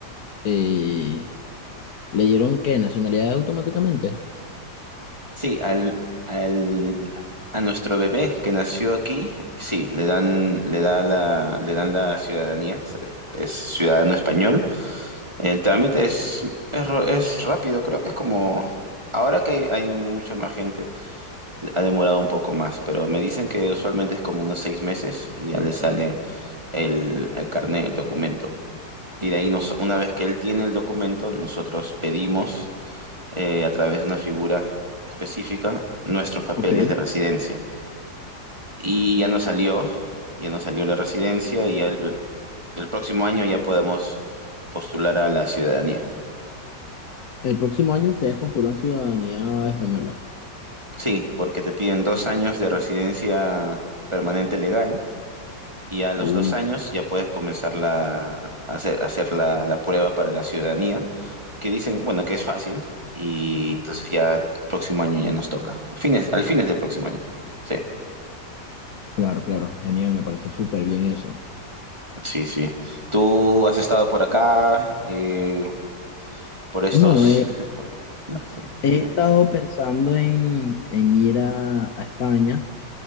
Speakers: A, on the left (about 60°); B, on the right (about 15°).
A: eh, ¿le dieron qué? ¿Nacionalidad automáticamente?
B: Sí, al, al, a nuestro bebé que nació aquí, sí, le dan, le da la, le dan la ciudadanía, se- es ciudadano español. El trámite es, es, ro- es rápido, creo que es como, ahora que hay, hay mucha más gente, ha demorado un poco más, pero me dicen que usualmente es como unos seis meses y ya le sale el, el carnet, el documento. Y de ahí nos, una vez que él tiene el documento, nosotros pedimos eh, a través de una figura específica nuestros papeles
A: Ok.
B: de residencia. Y ya nos salió, ya nos salió la residencia y ya el, el próximo año ya podemos postular a la ciudadanía.
A: El próximo año ustedes postulan ciudadanía española.
B: Sí, porque te piden dos años de residencia permanente legal y a los
A: Uf,
B: dos años ya puedes comenzar la, a hacer, a hacer la, la prueba para la ciudadanía, que dicen, bueno, que es fácil y entonces ya el próximo año ya nos toca, a fines, al fines del próximo año. Sí.
A: claro, claro, genial, me parece súper bien eso.
B: Sí, sí. ¿Tú has estado por acá, eh, por estos?
A: No, eh,
B: <laughs> No sé,
A: He
B: dime.
A: estado pensando en, en ir a, a España,